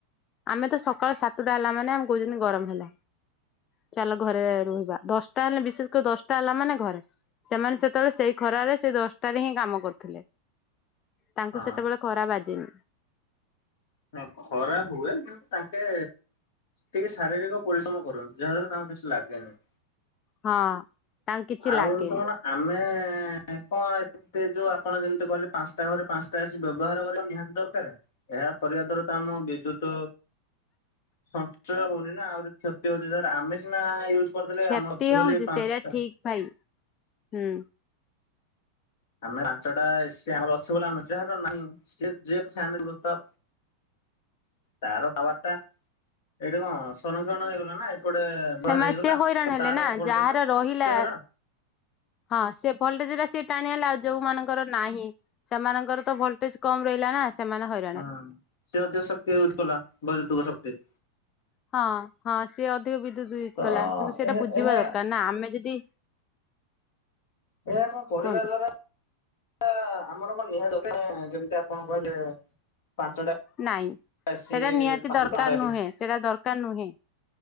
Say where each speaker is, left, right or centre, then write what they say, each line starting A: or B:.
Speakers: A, on the left (about 30°); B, on the left (about 50°).
A: ଆମେ ତ ସକାଳ ସାତୁଟା ହେଲା ମାନେ ଆମେ କୋହୁଚନ୍ତି ଗରମ ହେଲା ଚାଲ ଘରେ ରହିବା ଦଶଟା ହେଲେ ବିଶେଷ କରି ଦଶ ଟା ହେଲା ମାନେ ଘରେ ସେମାନେ ସେତେବେଳେ ସେଇ ଖରାରେ ସେଇ ଦଶଟାରେ ହିଁ କାମ କରୁଥୁଲେ। ତାଙ୍କୁ
B: ହଁ
A: ସେତେବେଳ ଖରା ବାଜେନି।
B: ନା ଖରା ହୁଏ କିନ୍ତୁ ତାଙ୍କେ ଟିକେ ଶାରୀରିକ ପରିଶ୍ରମ କରୁଚନ୍ତି ଯାହାଦ୍ଵାରା ତାଙ୍କୁ କିଛି ଲାଗେନି।
A: ହଁ ତାଙ୍କୁ କିଛି
B: ଆଉ
A: ଲାଗେନି।
B: ଜିନିଷ କଣ ଆମେ ଏଁ କଁଣ ଏତେ ଯୋଉ ଆପଣ ଯେମତି କହିଲେ ପାଞ୍ଚଟା ଘରେ ପାଞ୍ଚଟା ଏ ସି ବ୍ୟବହାର କରିବା ନିହାତି ଦରକାରେ ଏହା କରିବା ଦ୍ୱାରା ତ ଆମ ବିଦ୍ୟୁତ ସଞ୍ଚୟ ହୋଉନି ନା ଆହୁରି କ୍ଷତି ହୋଉଚି ସେରା ଆମେ ସିନା ୟୁଜ୍ କରଦେଲେ
A: କ୍ଷତି
B: ଆମର ଅଛି ବୋଲି
A: ହଉଛି
B: ପାଞ୍ଚଟା।
A: ସେଇଟା ଠିକ ଭାଇ ହୁଁ।
B: ଆମେ ପାଞ୍ଚଟା ଏ ସି ଆମର ଅଛ ବୋଲି ଆମେ ଯାହାର ନାହିଁ ସିଏ ଯିଏ ଫ୍ୟାମିଲିରୁ ତ ତାର ପାୱାରଟା ଏଇଠି କଣ ସଂରକ୍ଷଣ ହେଇଗଲା ନା ଏ ପଟେ
A: ସେମାନେ
B: ବାହାର ହେଇଗଲା
A: ସେ ହଇରାଣ
B: ତ
A: ହେଲେ
B: ତାର
A: ନା
B: ଭୋଲ୍ଟେଜର
A: ଯାହାର ରହିଲା
B: ସିଏ ହେରା
A: ହଁ ସିଏ ଭୋଲରେଜେରା ସିଏ ଟାଣି ହେଲା ଆଉ ଯୋଉ ମାନଙ୍କର ନାହିଁ ସେମାନଙ୍କର ତ ଭୋଲଟେଜ କମ ରହିଲା ନା ସେମାନେ ହଇ
B: ହଁ ସେ ଅଧିକ ଶକ୍ତି ୟୁଜ କଲା ବୈଦ୍ୟୁତୁକ ଶକ୍ତି।
A: ହଁ ହଁ ସିଏ ଅଧିକ ବିଦ୍ୟୁତ ୟୁଜ
B: ତ
A: କଲା କିନ୍ତୁ ସେଇଟା ବୁଝିବା
B: ଏହା
A: ଦରକାର ନା ଆମେ ଯଦି
B: ଏଇଆ କଣ କରିବା
A: କୁହନ୍ତୁ
B: ଦ୍ଵାରା ଆ ଆମର କଣ ନିହାତି ଦରକାରେ ଯେମିତି ଆପଣ କହିଲେ ପାଞ୍ଚଟା
A: ନାଇଁ
B: ଆସି
A: ସେଟା ନିହାତି
B: ପାଞ୍ଚରୁ
A: ଦରକାର
B: ପାଞ୍ଚଟା ଆସି
A: ନୁହେଁ ସେଟା ଦରକାର ନୁହେଁ।